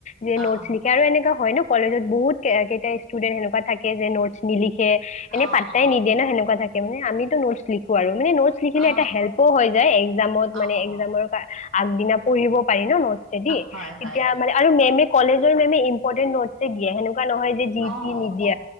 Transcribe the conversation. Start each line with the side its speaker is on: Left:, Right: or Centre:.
Left: যে
Right: অ
Left: নোটচ
Right: অ
Left: নিলিখে আৰু এনেকা হয় ন। কলেজত বহুত কেইতা <unintelligible> ইষ্টুদেন্ত সেনেকুৱা। থাকে যে নোটছ নিলিখে। থে এনেই
Right: অ
Left: পাত্তাই
Right: অ অ
Left: নিদিয়ে ন সেনেকুৱা থাকে। এনেই আমিতো নোটছ লিখো আৰু, মানে নোটছ লিখিলে,
Right: অ
Left: এটা হেল্পো হৈ যায় একজামত মানে
Right: অ অ অ
Left: একজামৰ। আগদিনা পঢ়িব পাৰি ন। থেদি
Right: অ হয়
Left: তেতিয়া
Right: হয়
Left: মানে আৰু মেমে, কলেজৰ মেম এ ইম্পৰ্টেট নটছে দিয়ে হেনো। নহয় যে জি
Right: অ',
Left: তি <unintelligible>
Right: অ